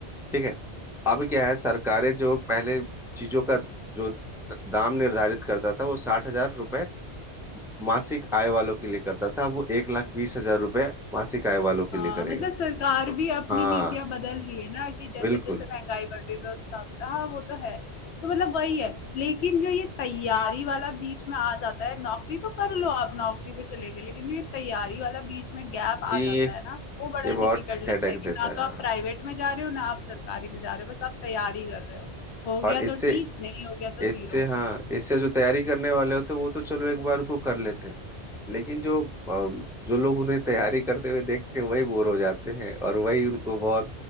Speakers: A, in the centre; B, on the left (about 75°).
A: ठीक है अब क्या है सरकारें जो पहले चीजों का जो दाम निर्धारित करता था वो साठ हजार रुपये मासिक आय वालों के लिए करता था अब वो एक लाख बीस हजार रुपये मासिक आय वालों के
B: हाँ
A: लिए करेगा
B: मतलब सरकार
A: तो
B: भी अपनी
A: हाँ
B: नीतियां बदल रही है ना कि जैसे
A: बिल्कुल
B: जैसे महंगाई बढ़ रही है तो उस हिसाब से हाँ वो तो है तो मतलब वही है लेकिन जो ये तैयारी वाला बीच में आ जाता है नौकरी तो कर लो आप नौकरी पे चले गए लेकिन जो ये तैयारी वाला बीच में गैप आ
A: ये
B: जाता है ना वो बड़ा
A: ये बहुत
B: डिफिकल्ट लगता
A: हेडेक
B: है कि
A: देता
B: ना
A: है
B: तो आप
A: हाँ
B: प्राइवेट में जा रहे हो ना आप सरकारी में जा रहे हो बस आप तैयारी कर रहे हो हो गया
A: और इससे
B: तो ठीक नहीं हो गया तो
A: इससे
B: जीरो
A: हाँ इससे जो तैयारी करने वाले होते हैं वो तो चलो एक बार को कर लेते हैं लेकिन जो अम, जो लोग उन्हें तैयारी करते हुए देखते हैं वही बोर हो जाते हैं और वही उनको बहुत